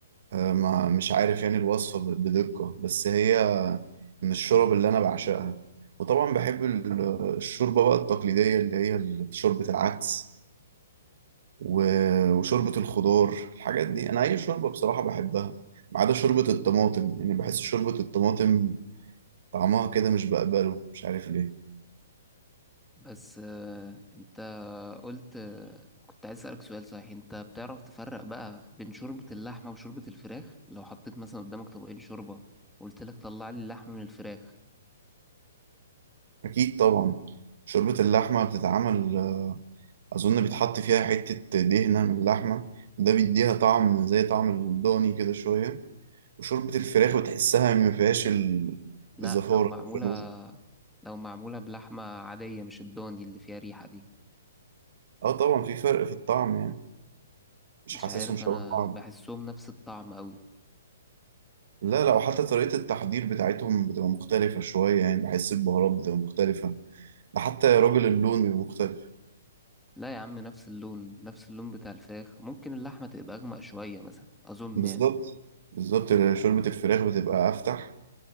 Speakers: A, on the right; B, in the centre.
A: آه، ما مش عارف يعني الوصفة ب- بدقة بس هي من الشرب اللي أنا بعشقها وطبعا بحب ال- الشوربة بقى التقليدية اللي هي ال- شوربة العدس و- وشوربة الخضار الحاجات دي أنا أي شوربة بصراحة بحبها ما عدا شوربة الطماطم يعني بحس شوربة الطماطم طعمها كده مش بقبله مش عارف ليه
B: بس آه، انت قلت آه، كنت عايز اسألك سؤال صحيح انت بتعرف تفرق بقى بين شوربة اللحمة وشوربة الفراخ لو حطيت مثلا قدامك طبقين شوربة قلت لك طلع لي اللحمة من الفراخ
A: أكيد طبعا شوربة اللحمة بتتعمل أظن بيتحط فيها حتة دهنة من اللحمة ده بيديها طعم زي طعم الضاني كده شوية وشوربة الفراخ بتحسها ما فيهاش ال-
B: لا
A: الزفارة
B: لو معمولة
A: اللي في الرز.
B: لو معمولة بلحمة عادية مش الضاني اللي فيها ريحة دي
A: اه طبعا في فرق في الطعم يعني مش
B: مش
A: حاسسهم
B: عارف
A: شبه
B: انا
A: بعض
B: بحسهم نفس الطعم قوي
A: لا لا وحتى طريقة التحضير بتاعتهم بتبقى مختلفة شوية يعني بحس البهارات بتبقى مختلفة ده حتى يا راجل اللون بيبقى مختلف
B: لا يا عم نفس اللون نفس اللون بتاع الفراخ ممكن اللحمة تبقى أغمق شوية مثلا أظن
A: بالظبط
B: يعني
A: بالظبط شوربة الفراخ بتبقى أفتح